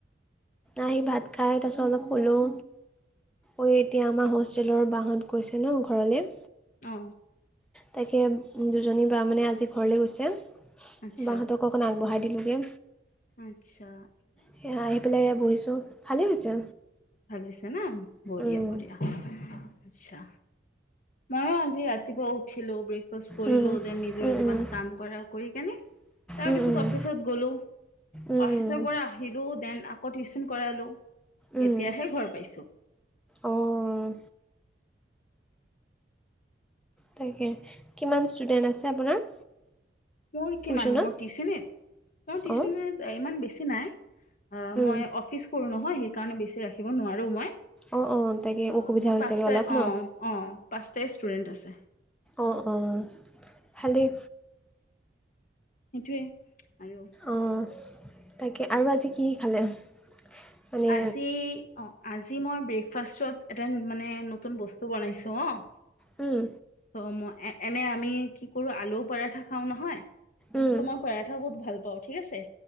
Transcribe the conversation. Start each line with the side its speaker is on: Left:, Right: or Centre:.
Centre: আহি ভাত খাই তাৰপাছত অলপ শুলোঁ। ঐ এতিয়া আমাৰ হোষ্টেলৰ বাহত গৈছে ন ঘৰলে।
Left: অ।
Centre: তাকে দুজনী বা মানে আজি ঘৰলৈ গৈছে
Left: আচ্ছা
Centre: বাহতক অকণ আগবঢ়াই দিলোগে।
Left: আচ্ছা্
Centre: সেয়া আহি পেলাই বহিছোঁ, ভালেই হৈছে।
Left: ভালে হৈছে না? বঢ়িয়া,
Centre: উম,
Left: বঢ়িয়া। আচ্ছা, ময়ো আজি ৰাতিপুৱা উঠিলোঁ, ব্ৰে ফাষ্ট কৰিলোঁ।
Centre: উম,
Left: দেন নিজৰ
Centre: উম,
Left: যিমান
Centre: উম।
Left: কাম কৰা কৰি কেনে, তাৰপিছত
Centre: উম, উম,
Left: অফিচত গ'লোঁ,
Centre: উম,
Left: অফিচৰ পৰা আহিলোঁ দেন আকৌ টিউশন কৰালোঁ।
Centre: উম, উম।
Left: এতিয়াহে ঘৰ পাইছোঁ।
Centre: অ', তাকে, কিমান ষ্টুডেণ্ট আছে আপোনাৰ?
Left: মোৰ
Centre: টিউশ্যনত?
Left: কিমান মোৰ টিউচনত? মোৰ টিউচনত
Centre: অঁ,
Left: এ, ইমান বেছি নাই। আ,
Centre: উম।
Left: মই অফিচ কৰোঁ নহয়, সেইকাৰণে বেছি ৰাখিব নোৱাৰোঁ মই।
Centre: অ', অ', তাকে।
Left: অ'
Centre: অসুবিধা
Left: মোৰ
Centre: হৈছোগে
Left: পাঁচটা
Centre: অলপ ন?
Left: অ' অ', পাঁচটাই ষ্টুডেণ্ট আছে।
Centre: অ', অ', ভালেই।
Left: সেইটোৱে, আৰু
Centre: অ', তাকে আৰু আজি কি কি খালে? মানে
Left: আজি অ', আজি মই ব্ৰেকফাষ্টত এটা মানে নতুন বস্তু বনাইছো অ'।
Centre: উম।
Left: ত' মই এ-এনে আমি কি কৰোঁ, আলু পৰাঠা খাওঁ নহয়
Centre: উম,
Left: চো মই পৰাঠা বহুত ভাল পাওঁ, ঠিক আছে?